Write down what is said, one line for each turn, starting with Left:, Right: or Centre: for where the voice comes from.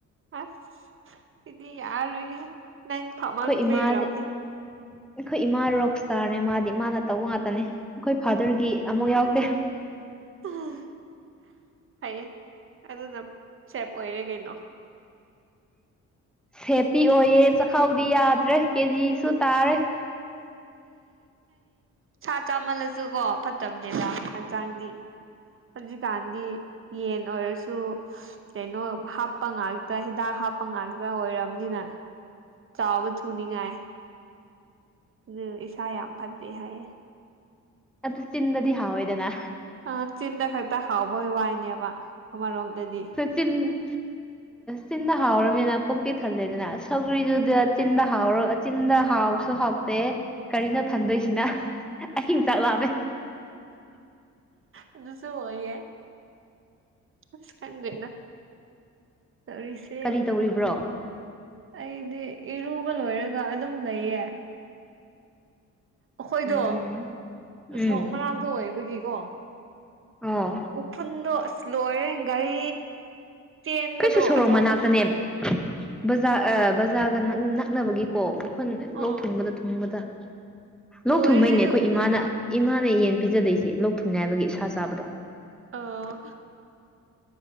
Right: ꯑꯁ ꯁꯤꯗꯤ ꯌꯥꯔꯣꯏ ꯍꯦ ꯅꯪ ꯐꯥꯎꯃꯟꯕꯩ
Centre: <unintelligible> ꯑꯩꯈꯣꯏ
Right: ꯑꯣꯏꯔꯝꯅꯤ
Centre: ꯐꯥꯗꯔꯒꯤ ꯑꯃꯨꯛ ꯌꯥꯎꯗꯦ
Right: <unintelligible> ꯐꯩꯌꯦ ꯑꯗꯨꯅ ꯁꯦꯞ ꯑꯣꯏꯔꯦ ꯀꯩꯅꯣ
Centre: ꯁꯦꯞꯇꯤ ꯑꯣꯏꯌꯦ ꯆꯈꯥꯎꯗꯤ ꯌꯥꯗ꯭ꯔꯦ ꯀꯦꯖꯤꯁꯨ ꯇꯥꯔꯦ
Right: ꯁꯥ ꯆꯥꯃꯜꯂꯁꯨ ꯀꯣ ꯐꯠꯇꯕꯅꯤꯗ ꯍꯛꯆꯥꯡꯗꯤ ꯍꯧꯖꯤꯛꯀꯥꯟꯗꯤ ꯌꯦꯟ ꯑꯣꯏꯔꯁꯨ ꯀꯩꯅꯣ ꯍꯥꯞꯄ ꯉꯥꯛꯇ ꯍꯤꯗꯥꯛ ꯍꯥꯞꯄ ꯉꯥꯛꯇ ꯑꯣꯏꯔꯝꯅꯤꯅ ꯆꯥꯎꯕ ꯊꯨꯅꯤꯡꯉꯥꯏ ꯑꯗꯨ ꯏꯁꯥ ꯌꯥꯝ ꯐꯠꯇꯦ ꯍꯥꯏꯌꯦ
Centre: ꯑꯗꯨ ꯆꯤꯟꯗꯗꯤ ꯍꯥꯎꯋꯦꯗꯅ
Right: ꯑꯪ ꯆꯤꯟꯗ ꯈꯛꯇ ꯍꯥꯎꯕꯩ ꯋꯥꯅꯦꯕ ꯑꯃꯔꯣꯝꯗꯗꯤ
Centre: ꯆꯤꯟ ꯆꯤꯟꯕ ꯍꯥꯎꯔꯕꯅꯤꯅ ꯄꯨꯛꯇꯤ ꯊꯜꯂꯦꯗꯅ ꯁꯧꯒ꯭ꯔꯤꯗꯨꯗ ꯆꯤꯟꯗ ꯍꯥꯎꯔꯒ ꯆꯤꯟꯗ ꯍꯥꯎꯁꯨ ꯍꯥꯎꯇꯦ ꯀꯔꯤꯅꯣ ꯊꯟꯗꯣꯏꯁꯤꯅ ꯑꯍꯤꯡ ꯆꯥꯛ ꯂꯥꯝꯃꯦ
Right: ꯑꯗꯨꯁꯨ ꯑꯣꯏꯌꯦ ꯑꯁ ꯈꯪꯗꯦꯗ ꯇꯧꯔꯤꯁꯦ
Centre: ꯀꯔꯤ ꯇꯧꯔꯤꯕ꯭ꯔꯣ
Right: ꯑꯩꯗꯤ ꯏꯔꯨꯕ ꯂꯣꯏꯔꯒ ꯑꯗꯨꯝ ꯂꯩꯌꯦ ꯑꯩꯈꯣꯏꯗꯣ
Centre: ꯎꯝ
Right: ꯁꯣꯔꯣꯛ
Centre: ꯎꯝ
Right: ꯃꯅꯥꯛꯇ ꯑꯣꯏꯕꯒꯤꯀꯣ
Centre: ꯑꯣ
Right: ꯎꯐꯨꯜꯗꯣ ꯑꯁ ꯂꯣꯏꯔꯦ ꯒꯥꯔꯤ ꯆꯦꯟꯕꯗꯣ
Centre: ꯑꯩꯈꯣꯏꯁꯨ ꯁꯣꯔꯣꯛ
Right: ꯑꯆꯧꯕ
Centre: ꯃꯅꯥꯛꯇꯅꯦ ꯕꯖꯥꯔ ꯑ ꯕꯖꯥꯔꯒ ꯅꯛꯅꯕꯒꯤꯀꯣ ꯎꯐꯨꯟ
Right: ꯑꯥ
Centre: ꯂꯣꯛ ꯊꯨꯡꯕꯗ ꯊꯨꯡꯕꯗ ꯂꯣꯛ
Right: ꯂꯣꯏꯔꯦ
Centre: ꯊꯨꯡꯕꯩꯅꯦ ꯑꯩꯈꯣꯏ
Right: ꯎꯐꯨꯟꯅ
Centre: ꯏꯃꯥꯅ ꯏꯃꯥꯅ ꯌꯦꯟ ꯄꯤꯖꯗꯣꯏꯁꯦ ꯂꯣꯛ ꯊꯨꯡꯅꯤ ꯍꯥꯏꯕꯒꯤ ꯁꯥ ꯆꯥꯕꯗꯣ
Right: ꯑꯣ